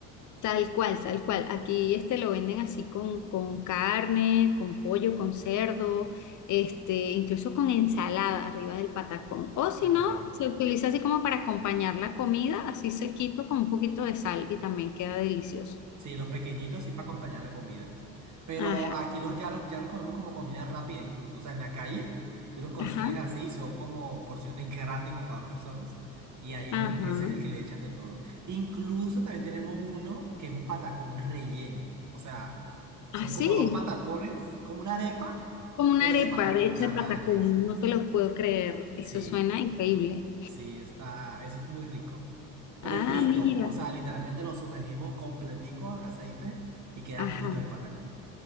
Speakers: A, on the left (about 45°); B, on the right (about 40°).
A: Tal cual, tal cual. Aquí este lo venden así con, con carne, con pollo, con cerdo, este, incluso con ensalada arriba del patacón. O si
B: También.
A: no, se utiliza así como para acompañar la comida, así sequito con un poquito de sal y también queda delicioso.
B: Sí, los pequeñitos sí para acompañar la comida. Pero
A: Ajá,
B: aquí los ya los ya los comemos como comida rápida incluso. O sea, en la calle tú los consigues
A: ajá,
B: así, son como porciones <laughs> grandes como para dos personas. Y ahí
A: ajá.
B: es un- ese es el que le echan de todo. Incluso también tenemos uno que es un patacón relleno. O sea, son
A: Así,
B: como dos patacones, como una arepa,
A: como una
B: pero
A: arepa
B: de patacón.
A: de hecha
B: Ajá,
A: de patacón,
B: esa,
A: no
B: sí,
A: te lo puedo creer. Eso
B: sí.
A: suena increíble.
B: Sí, está, eso es muy rico. Prefrito,
A: Ah, mira.
B: o sea, literalmente lo sumergimos completico en aceite y queda
A: Ajá.
B: frito el patacón.